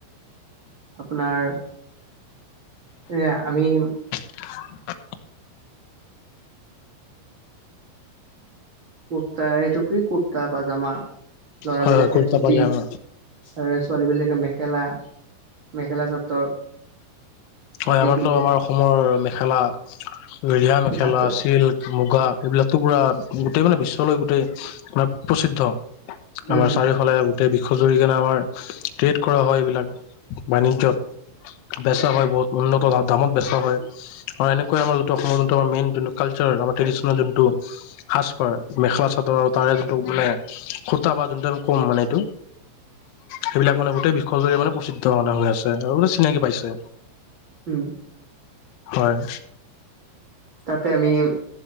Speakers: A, on the right; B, on the left.
A: আপোনাৰ এ আমি
B: <inaudible>
A: কুৰ্তা এইটুকুি কুৰ্তা পাজামা লৰাবলাকে
B: হয় কুৰ্তা
A: ধুতি
B: পায়জামা
A: আৰু ছোৱালী বিলাকে মে মেখেলা-মেখেলা চাদৰ
B: হয়
A: আদি
B: আমাৰতো
A: পিন্ধে
B: আমাৰ অসমৰ মেখেলা ধিয়া মেখেলা
A: জাতীয়
B: চিল্ক মুগা এইবিলাক। পুৰা গোটেই মানে বিশ্ব গোটেই মে প্ৰসিদ্ধ আমাৰ
A: উম হম
B: চাৰিফালে গোটেই বিশ্বজুৰি সেইকাৰণে আমাৰ ট্ৰেড কৰা হয় এইবিলাক বাণিজ্যত বেচা হয় বহুত। উন্নত দামত বেচা হয় আৰু এনেকৈ আমাৰ যোনটো অসম যোনটো আমাৰ মেইন যোনটো কালচাৰাৰ ট্ৰেডিচনেল যোনটো সাজ পাৰ মেখেলা চাদৰ আৰু তাৰে যোনটো মানে সুতা বা যোনটো কম মানে এইটো। সেইবিলাক মানে গোটেই বিশ্বজুৰি মানে প্ৰচিদ্ধ মানে হৈ আছে আৰু মানে চিনাকি পাইছে।
A: হম
B: হয়।
A: তাতে আমি